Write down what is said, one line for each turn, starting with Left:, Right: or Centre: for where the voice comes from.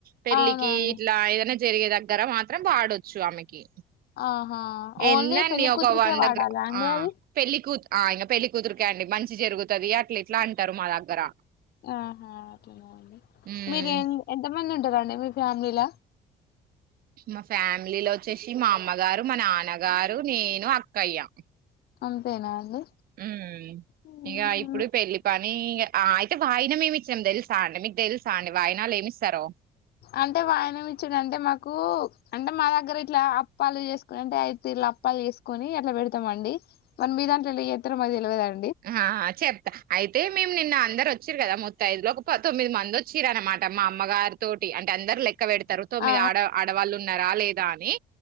Right: పెళ్ళికి
Left: అవునా అండి
Right: ఇట్లా ఏదైనా జరిగే దగ్గర మాత్రం వాడొచ్చు ఆమెకి
Left: ఆహా
Right: ఎన్నెన్ని
Left: ఓన్లీ పెళ్లి
Right: ఒక
Left: కూతురికే
Right: వాదా
Left: వాడాలా
Right: గ్రా
Left: అండి
Right: ఆ
Left: అది
Right: పెళ్ళికూత్ ఆ ఇగ పెళ్లి కుదిరికాయండి మంచి జరుగుతుది అట్లా ఇట్లా అంటారు మా దగ్గర
Left: ఆహా అట్లనా అండి
Right: ఉమ్
Left: మీరు ఎంత మంది ఉంటారండి మీరు ఫ్యామిలీలా
Right: మా ఫ్యామిలీలో వచ్చేసి మా అమ్మగారు మా నాన్నగారు నేను అక్కయ్య
Left: అంతేనా అండి
Right: ఉ
Left: హ్మ్.
Right: ఇక ఇప్పుడు పెళ్లిపాటి అయితే వాయినం ఏమి ఇచ్చాం తెలుసా అండి మీకు తెలుసా అండి వాయనాలు ఏమిస్తారో
Left: అంటే వాయనంచ్చడు అంటే మాకు అంటే మా దగ్గర ఇట్లా అప్పాలు చేసుకుని అంటే అయితే ఇలా అప్పాలు చేసుకొని అట్లా పెడతామండి మన మీ దాంట్లో ఎత మది తెలివదండి
Right: ఆ చెప్తా అయితే మేము నిన్న అందరు వచ్చిరు కదా ముత్త ఐదు లో ఒక తొమ్మిది మంది వచ్చిర అనమాట మా అమ్మగారితోటి అంటే అందరు లెక్క పక్క పెడతారు తొమ్మిది
Left: ఆ
Right: ఆడ ఆడవాళ్ళు ఉన్నారా లేదా అని